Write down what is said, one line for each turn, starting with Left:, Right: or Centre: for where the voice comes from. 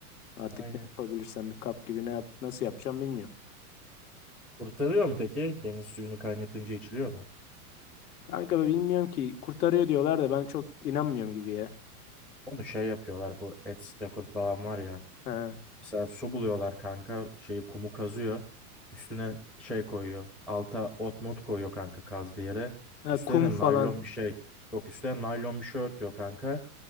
Left: Artık
Centre: Aynen.
Left: ne yapabilirsem bir kap gibi ne yap nasıl yapacağım bilmiyorum.
Centre: Kurtarıyor mu peki? Deniz suyunu kaynatınca içiliyor mu?
Left: Kanka da bilmiyorum ki kurtarıyor diyorlar da ben çok inanmıyorum gibi ya.
Centre: Onu şey yapıyorlar bu Ed Stafford falan var ya.
Left: He.
Centre: Mesela su buluyorlar kanka. Şeyi kumu kazıyor. Üstüne şey koyuyor. Alta ot mot koyuyor kanka kazdığı yere.
Left: Ha,
Centre: Üstüne
Left: kum
Centre: de
Left: falan.
Centre: naylon bir şey. Yok üstüne naylon bir şey örtüyor kanka.